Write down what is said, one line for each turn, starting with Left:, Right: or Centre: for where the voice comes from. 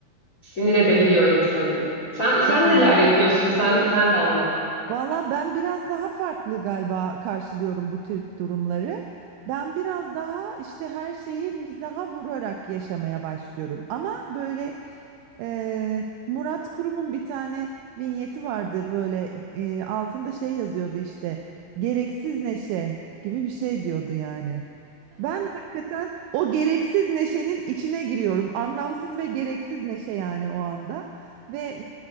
Left: sinir edebiliyor insanı. Sen sen
Right: Doğru.
Left: neler yapıyorsun? Sen sen de anlat.
Right: Valla ben biraz daha farklı galiba karşılıyorum bu tür durumları. Ben biraz daha işte her şeyi mizaha vurarak yaşamaya başlıyorum. Ama böyle e, Murat Kurum'un bir tane vinyeti vardı böyle e, altında şey yazıyordu işte gereksiz neşe gibi bir şey diyordu yani. Ben hakikaten o gereksiz neşenin içine giriyorum. Anlamsız ve gereksiz neşe yani o anda. Ve